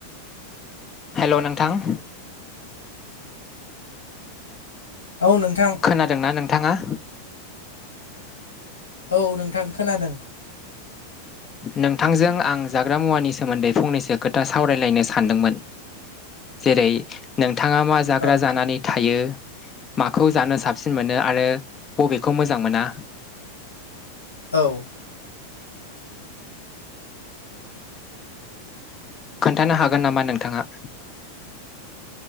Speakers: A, on the left; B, on the left.
A: हेल' नोंथां
B: औ नोंथां
A: खोनादोंना नोंथाङा
B: औ नोंथां खोनादों
A: नोंथांजों आं जाग्रा मुवानि सोमोन्दै फंनैसो खोथा सावरायलायनो सानदोंमोन जेरै नोंथाङा मा जाग्रा
B: औ
A: जानानै थायो माखौ जानो साबसिन मोनो आरो बबेखौ मोजां मोना
B: औ
A: खोन्थानो हागोन नामा नोंथाङा